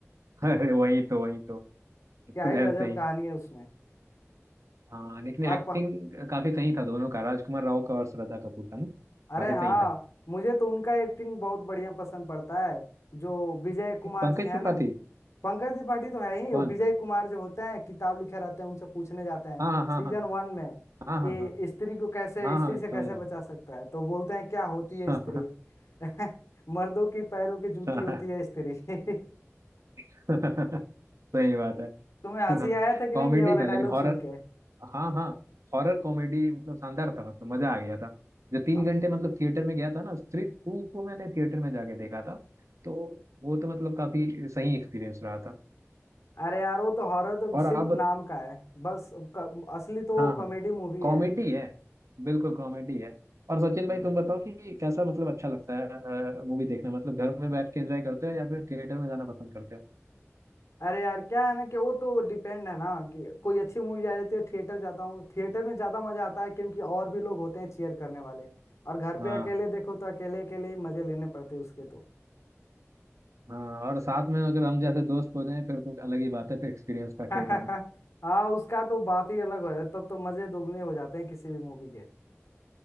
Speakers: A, on the right (about 80°); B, on the left (about 70°).
A: <laughs> अरे वही तो वही तो
B: क्या ही
A: ऐसे
B: गजब
A: ही
B: कहानी है उसमें
A: हाँ लेकिन
B: और
A: एक्टिंग
B: प,
A: काफी सही था दोनों का राजकुमार राव का और श्रद्धा कपूर का ना
B: अरे
A: काफी
B: हाँ
A: सही था
B: मुझे तो उनका एक्टिंग बहुत बढ़िया पसंद पड़ता है जो विजय कुमार
A: पंकज
B: जी है
A: त्रिपाठी
B: ना पंकज त्रिपाठी तो है ही
A: कौन
B: वो विजय कुमार जो होते हैं किताब लिखे रहते हैं उनसे पूछने जाते
A: हाँ
B: हैं
A: हाँ हाँ
B: सीजन
A: हाँ।
B: वन में
A: हाँ हाँ
B: कि
A: हाँ
B: स्त्री को कैसे
A: हाँ
B: स्त्री
A: हाँ
B: से
A: समझ
B: कैसे
A: रहा
B: बचा
A: हूँ
B: सकता है तो बोलते हैं क्या होती है
A: हाँ
B: स्त्री <laughs> मर्दों की पैरों की जूती
A: हाँ,
B: होती है स्त्री <laughs>
A: हाँ, <laughs> सही बात है
B: तुम्हें हंसी
A: हाँ,
B: आया था कि
A: कॉमेडी
B: नहीं ये वाला
A: था लेकिन
B: डायलॉग
A: हॉरर
B: सुन के
A: हाँ हाँ हॉरर कॉमेडी मतलब शानदार था मतलब मजा आ गया था जो तीन
B: अ-
A: घंटे मतलब थिएटर में गया था ना स्त्री टू को मैंने थिएटर में जाके देखा था तो वो तो मतलब काफी सही एक्सपीरियंस रहा था
B: अरे यार वो तो हॉरर तो
A: और
B: सिर्फ
A: आप बत...
B: नाम का है बस क- असली तो
A: हाँ हाँ
B: कॉमेडी मूवी
A: कॉमेडी
B: है
A: है बिल्कुल कॉमेडी है और सचिन
B: हम्म
A: भाई तुम बताओ कि कैसा मतलब अच्छा लगता है मूवी देखना मतलब घर में बैठ के एंजॉय करते हो या फिर थिएटर में जाना पसंद करते हो
B: अरे यार क्या है ना कि वो तो डिपेंड है ना कि कोई अच्छी मूवी आ जाती है थिएटर जाता हूँ थिएटर में ज्यादा मजा आता है क्योंकि और भी लोग होते हैं चीयर करने वाले और घर
A: हाँ
B: पे अकेले देखो तो अकेले अकेले ही मजे लेने पड़ते हैं उसके तो
A: हाँ और साथ में अगर हम जैसे दोस्त हो जाएं फिर तो अलग ही बात है फिर एक्सपीरियंस का
B: <laughs>
A: थिएटर में
B: हाँ उसका तो बात ही अलग हो जाता है तब तो मजे दुगने हो जाते हैं किसी भी मूवी के